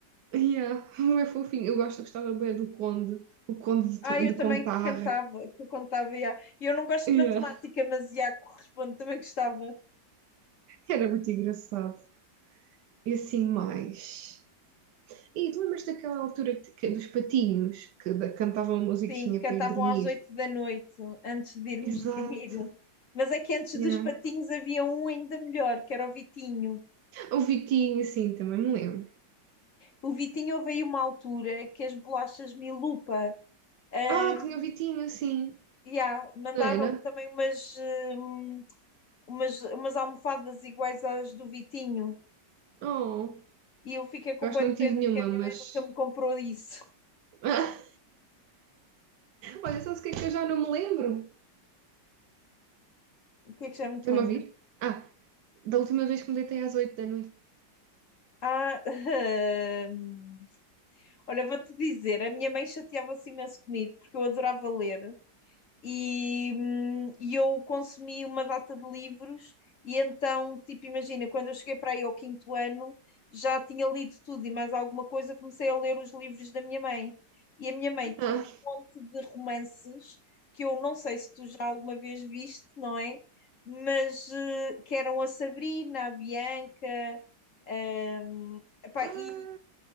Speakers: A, on the right; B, on the left.
A: yeah, <laughs> um é fofinho. Eu gosto, eu gostava bem do Conde, o Conde de,
B: Ah,
A: Tu-
B: eu
A: de
B: também
A: Contarra.
B: que cantava, que contava, yeah. E eu não gosto
A: Yeah.
B: de matemática, mas yeah, corresponde, também gostava.
A: Era muito engraçado. E assim mais. E tu lembras daquela altura que- que- dos patinhos que da- cantavam a musiquinha
B: Sim, cantavam
A: para ir dormir?
B: às oito da noite, antes de irmos
A: Exato.
B: <laughs> dormir. Mas é que antes
A: Yeah.
B: dos patinhos havia um ainda melhor, que era o Vitinho.
A: O Vitinho, sim, também me lembro.
B: O Vitinho houve aí uma altura que as bolachas Milupa, ah,
A: Ah, tinha o Vitinho, sim.
B: E há, mandaram
A: Não era?
B: também umas, hum, umas, umas almofadas iguais às do Vitinho.
A: Oh,
B: E eu fiquei com
A: eu acho
B: boa
A: que
B: de
A: não
B: pena
A: tive nenhuma,
B: porque a minha
A: mas
B: mãe nunca me comprou isso. <laughs>
A: <laughs> Ah, Olha, sabes o que é que eu já não me lembro?
B: O que é que já não
A: Estás-me
B: te lembro?
A: a ouvir? Ah, da última vez que me deitei às oito da noite.
B: Ah, <laughs> hum, olha, vou-te dizer, a minha mãe chateava-se imenso comigo porque eu adorava ler e, hum, e eu consumi uma data de livros, e então, tipo, imagina, quando eu cheguei para aí ao quinto ano, já tinha lido tudo e mais alguma coisa, comecei a ler os livros da minha mãe. E a minha mãe tinha
A: Ah,
B: um monte de romances que eu não sei se tu já alguma vez viste, não é? Mas eh, que eram a Sabrina, a Bianca, hum, epá,
A: ah,
B: e